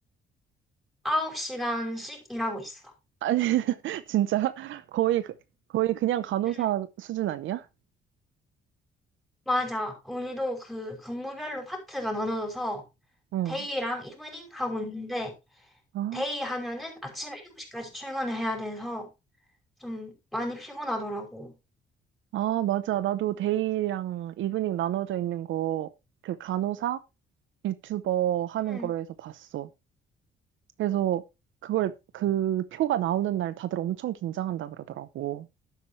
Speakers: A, in the centre; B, on the right.
A: 아홉 시간씩 일하고 있어.
B: 아니, <laughs> 진짜 거의, 그- 거의 그냥 간호사
A: 음.
B: 수준 아니야?
A: 맞아. 우리도 그 근무별로 파트가 나눠져서
B: 응.
A: 데이랑 이브닝 하고 있는데
B: 아,
A: 데이 하면은 아침 7시까지 출근을 해야 돼서 좀 많이 피곤하더라고.
B: 아, 맞아. 나도 데이랑 이브닝 나눠져 있는 거, 그 간호사 유튜버 하는
A: 응,
B: 거에서 봤어. 그래서 그걸, 그 표가 나오는 날 다들 엄청 긴장한다 그러더라고.